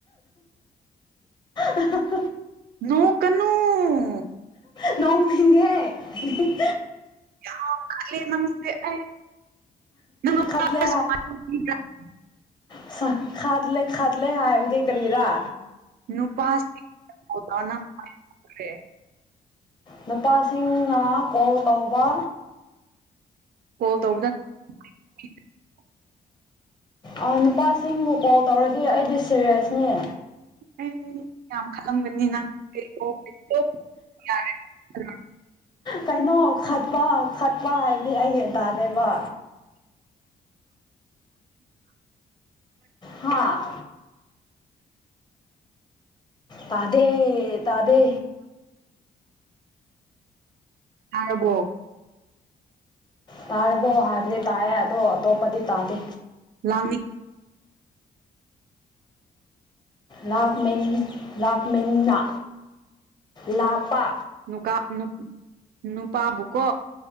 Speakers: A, on the left (about 30°); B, on the right (about 70°).
A: <unintelligible> <unintelligible>
B: ꯅꯣꯛꯀꯅꫭ
A: ꯅꯣꯛꯅꯤꯡꯉꯦ <unintelligible>
B: ꯌꯥꯝ ꯈꯠꯂꯦ ꯅꯪꯁꯦ ꯑꯩ ꯅꯪ
A: ꯈꯠꯂꯦ
B: <unintelligible>
A: <unintelligible> ꯈꯥꯠꯂꯦ ꯈꯠꯂꯦ ꯍꯥꯏꯕꯗꯤ ꯀꯔꯤꯔ
B: ꯅꯨꯄꯥꯥꯁꯤꯡꯅ ꯀꯣꯜ ꯇꯧꯔ ꯅꯪ ꯄꯥꯏꯕꯤꯗ꯭ꯔꯦ
A: ꯅꯨꯄꯥꯁꯤꯡꯅ ꯀꯣꯜ ꯇꯧꯕ
B: ꯀꯣꯜ ꯇꯧꯕꯗ <unintelligible>
A: ꯑꯥꯎ‌ ꯅꯨꯄꯥꯁꯤꯡꯅ ꯀꯣꯜ ꯇꯧꯔꯗꯤ ꯑꯩꯗꯤ ꯁꯤꯔ꯭ꯌꯁꯅꯦ
B: ꯑꯩ <unintelligible> ꯌꯥꯝ ꯈꯠꯂꯝꯒꯅꯤ <unintelligible> <unintelligible>
A: ꯀꯩꯅꯣ ꯈꯠꯄ ꯈꯠꯄ ꯍꯥꯏꯕꯗꯤ ꯑꯩ ꯌꯥꯟ ꯇꯥꯗꯦꯕ ꯍꯥꯥ ꯇꯥꯗꯦ ꯇꯥꯗꯦ
B: ꯇꯥꯔꯕꯣ
A: ꯇꯥꯔꯕꯣ ꯍꯥꯏꯕꯗꯤ ꯇꯥꯏꯌꯦ ꯑꯗꯣ ꯑꯇꯣꯞꯄꯗꯤ ꯇꯥꯗꯦ
B: ꯂꯥꯡꯅꯤ
A: ꯂꯥꯛꯃꯦꯟ ꯂꯥꯛꯃꯦꯟꯅ ꯂꯥꯛꯄꯥ
B: ꯅꯨꯡ ꯀꯄ ꯅꯨ ꯅꯨꯄꯥꯕꯨꯀꯣ